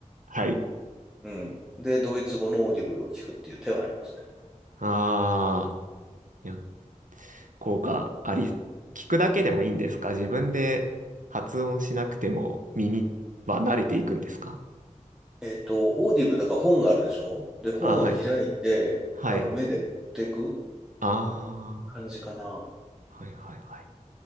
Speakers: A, on the right; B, in the centre.
A: はい。
B: うん。で、ドイツ語のオーディブルを聞くっていう手はありますね。
A: ああ、いや、効果あり、聞くだけでもいいんですか自分で発音しなくても耳は慣れていくんですか
B: えっと、オーディブルだから本があるでしょで、本を開いて、
A: あ、はい。はい。
B: あの、目で追っていく
A: あ
B: 感じかな。
A: あ、はいはいはい。